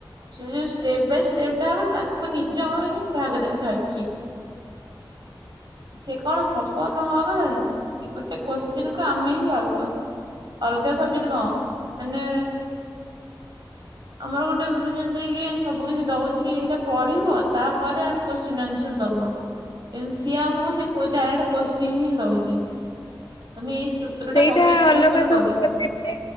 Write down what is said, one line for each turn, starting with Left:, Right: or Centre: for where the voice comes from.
Right: ସେ ଯୋଉ ଷ୍ଟେପ୍ ବାଇ ଷ୍ଟେପ୍ ଟା ହବ ତାକୁ ନିଜ ହିଁ ଭାଗ ଦାର ଅଛି।
Left: <inaudible>
Right: ସେ କଣ ହବ ନହବ ସେ ଗୋଟେ କୋଶ୍ଚିିନ କୁ ଆମେ ହିଁ ସୋଲ୍ଭ କରୁଛୁ। ଅଲଗା ସବଜେକ୍ଟ କଣ? ମାନେ ଆମର ଗୋଟେ ଯେମତିକି ସବୁକିଛି ଦଉଛି କି ଏଇଟା ପଢିବ ତାପରେ ଆର କୋତ୍ସିନ୍ ଆନ୍ସର ଦବ କିନ୍ତୁ ସିଏ ଆମକୁ ସେ ଡା କୋତ୍ସିନ ହିଁ ଦଉଛି। ତମେ ଏଇ ସୂତ୍ର
Left: ସେଇଟା
Right: ଟା ପକେଇକି
Left: ଅଲଗା
Right: ତମେ ତମର
Left: ସବୁ
Right: କରିବ।
Left: ସବଜେକ୍ଟରେ